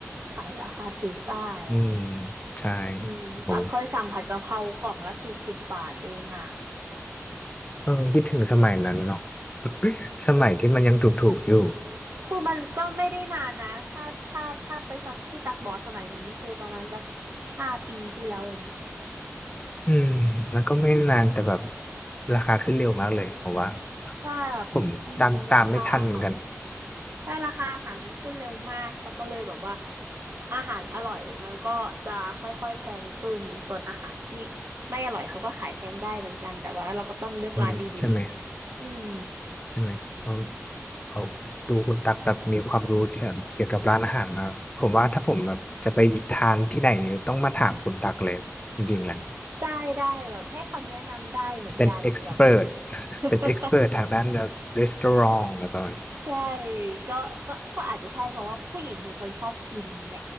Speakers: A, on the right; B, on the left.
A: ขายราคาถูกได้อ่ะ
B: อืมใช่
A: อืมปักเคยสั่งผัดกะเพรากล่องละสี่สิบบาทเองอ่ะ
B: โอ้เออคิดถึงสมัยนั้นเนาะ <laughs> สมัยที่มันยังถูกๆอยู่
A: คือมันก็ไม่ได้นานนะถ้าถ้าถ้าไปสักที่ตักบอสมัยนั้นนี่คือประมาณสักห้าปีที่แล้ว
B: อืมมันก็ไม่นานแต่แบบราคาขึ้นเร็วมากเลยผมว่า
A: ถ้า
B: ผมตามตามไม่ทันเหมือนกัน
A: อืมราคาอาหารใช่ราคาอาหารมันขึ้นเร็วมากตักก็เลยแบบว่าอาหารอร่อยมันก็จะค่อยๆแพงขึ้นส่วนอาหารที่ไม่อร่อยเขาก็ขายแพงได้เหมือนกันแต่ว่าเราก็ต้องเลือกร้านดีๆอืม
B: อืมใช่ไหมใช่ไหมเอาเอาดูคุณตักแบบมีความรู้เกี่ยวเกี่ยวกับร้านอาหารมากผมว่าถ้าผมแบบจะไปทานที่ไหนเนี่ยต้องมาถามคุณตักเลยจริงๆแหละ
A: ได้ได้แบบให้คำแนะนำได้เหมือนกันแบบ
B: เป็นเอ็กซ์เพรส <laughs>
A: <laughs>
B: เป็นเอ็กซ์เพรสทางด้านแบบรีสตอรองแบบนั้น
A: ใช่ก็ก็ก็อาจจะใช่เพราะว่าผู้หญิงเป็นคนชอบกินไง